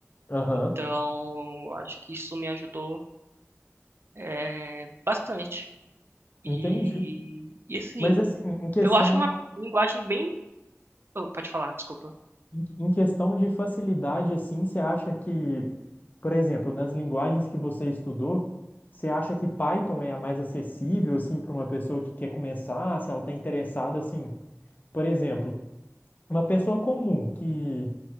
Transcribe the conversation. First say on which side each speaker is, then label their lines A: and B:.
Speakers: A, on the left; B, on the right.
A: Aham,
B: Então, acho que isso me ajudou é, bastante. E,
A: entendi.
B: e assim,
A: Mas assim, em questão
B: eu acho
A: a-
B: uma linguagem bem, oh, pode falar, desculpa.
A: em em questão de facilidade, assim, você acha que, por exemplo, nas linguagens que você estudou, você acha que Python é a mais acessível, assim, para uma pessoa que quer começar, se ela está interessada, assim, por exemplo, uma pessoa comum que